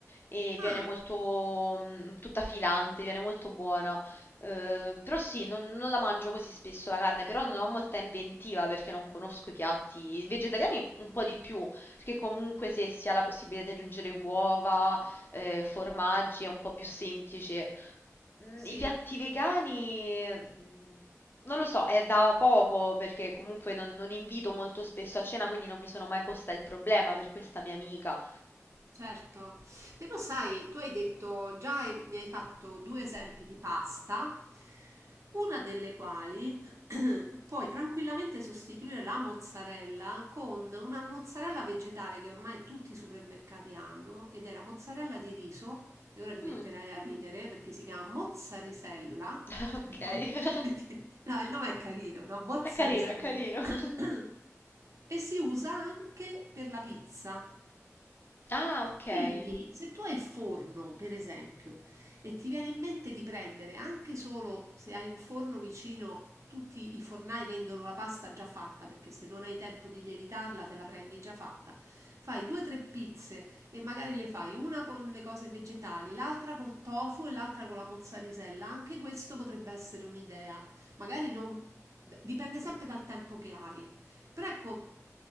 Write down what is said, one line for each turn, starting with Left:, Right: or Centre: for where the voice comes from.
Left: e viene
Right: Ah,
Left: molto mm, tutta filante, viene molto buona. Eh, però sì, non, non la mangio così spesso la carne, però non ho molta inventiva perché non conosco i piatti vegetariani un po' di più, perché comunque se si ha la possibilità di aggiungere uova, eh, formaggi è un po' più semplice. Mm,
Right: sì.
Left: I piatti vegani, mm, non lo so, è da poco perché comunque non, non invito molto spesso a cena, quindi non mi sono mai posta il problema per questa mia amica.
Right: Certo, però sai, tu hai detto già hai- mi hai fatto due esempi di pasta, una delle quali <clears throat> puoi tranquillamente sostituire la mozzarella con una mozzarella vegetale che ormai tutti i supermercati hanno ed è la mozzarella di riso, e ora ti metterai
Left: Mm,
Right: a Mm. ridere eh, perché si chiama mozzarisella.
Left: <laughs> ok,
Right: <laughs>
Left: <laughs>
Right: No, il nome è carino, no? Mozzarisella.
Left: è carino, è carino.
Right: <clears throat>
Left: <laughs>
Right: <coughs> E si usa anche per la pizza.
Left: Ah, ok.
Right: Quindi, se tu hai forno, per esempio, e ti viene in mente di prendere anche solo se hai un forno vicino, tutti i fornai vendono la pasta già fatta, perché se non hai tempo di lievitarla, te la prendi già fatta. Fai due o tre pizze e magari le fai una con le cose vegetali, l'altra col tofu e l'altra con la mozzarella. Anche questo potrebbe essere un'idea. Magari non... Dipende sempre dal tempo che hai. Però ecco,